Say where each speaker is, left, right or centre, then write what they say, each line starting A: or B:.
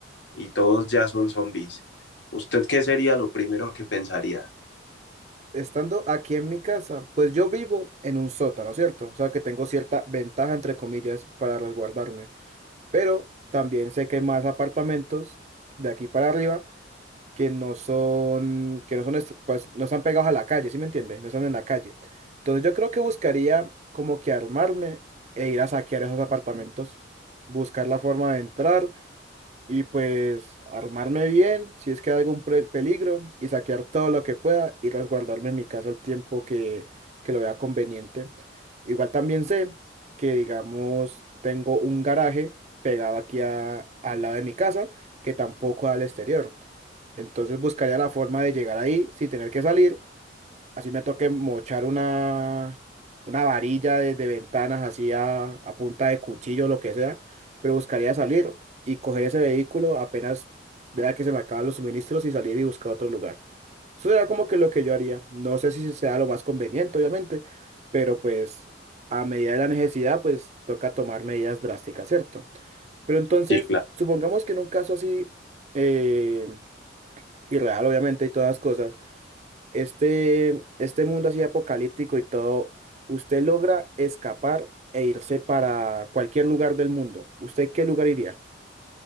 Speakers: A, on the left; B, on the right.
A: y todos ya son zombies. ¿Usted qué sería lo primero que pensaría?
B: Estando aquí en mi casa, pues yo vivo en un sótano, ¿cierto? O sea que tengo cierta ventaja, entre comillas, para resguardarme. Pero también sé que hay más apartamentos de aquí para arriba que no son, que no son, est- pues, no están pegados a la calle, ¿sí me entiendes? No están en la calle. Entonces yo creo que buscaría como que armarme e ir a saquear esos apartamentos, buscar la forma de entrar y pues armarme bien si es que hay algún pre- peligro y saquear todo lo que pueda y resguardarme en mi casa el tiempo que, que lo vea conveniente. Igual también sé que, digamos, tengo un garaje pegado aquí a- al lado de mi casa que tampoco da al exterior. Entonces buscaría la forma de llegar ahí sin tener que salir. Así me toque mochar una, una varilla de, de ventanas así a, a punta de cuchillo, lo que sea. Pero buscaría salir y coger ese vehículo apenas vea que se me acaban los suministros y salir y buscar otro lugar. Eso será como que lo que yo haría. No sé si sea lo más conveniente, obviamente, pero pues a medida de la necesidad, pues toca tomar medidas drásticas, ¿cierto? Pero entonces,
A: Sí, claro.
B: supongamos que en un caso así, eh, y real, obviamente, y todas las cosas, este, este mundo así apocalíptico y todo, usted logra escapar e irse para cualquier lugar del mundo. ¿Usted qué lugar iría?